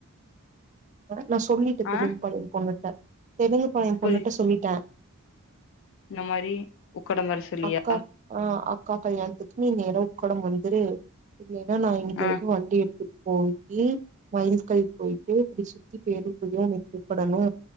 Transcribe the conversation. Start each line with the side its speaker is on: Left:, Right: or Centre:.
Right: நா சொல்லிட்ட
Left: ஆ
Right: தெலுங்கு பாளையம் பொண்ணுட்ட தெலுங்கு பாளையம்
Left: புரி
Right: பொண்ணுட்ட சொல்லிட்டே
Left: இந்த மாரி உக்கடம் வர சொல்லியா
Right: அக்கா ஆ அக்கா பைய வந்துட்டு நீ நேரம் உக்கடம் வந்துரு இல்லைன்னா நா இங்க
Left: ஆ
Right: இருந்து வண்டி எடுத்துட்டு போயி மயல்க்கல் போயிட்டு அப்படி சுத்தி பேரு போகும் உக்கடனு